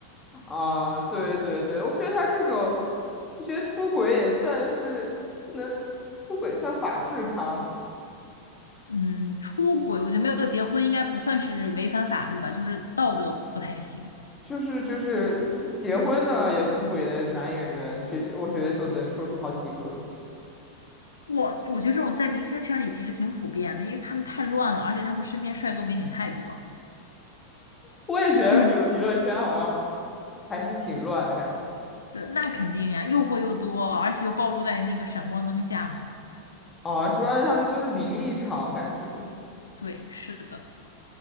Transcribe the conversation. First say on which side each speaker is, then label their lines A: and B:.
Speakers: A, on the left; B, on the left.
A: 啊。对对对，我觉得他这种，我觉得出轨也算是不能出轨算法制咖
B: 嗯，出轨，我觉得没有结婚应该不算是违反法律吧，就是道德不太行。
A: 就是就是就是结婚的也出轨的男演员，这我觉得都能说出好几个。
B: 我我觉得这种在明星圈里其实挺普遍的，因为他们太乱了，而且他们身边帅哥美女太多。
A: 我也觉得有娱乐圈好像
B: <laughs>
A: 还是挺乱的感觉
B: 对，那肯定呀，诱惑又多，而且又暴露在那个闪光灯下嘛。
A: 啊，主要是他们都是名利场感觉
B: 对，是的。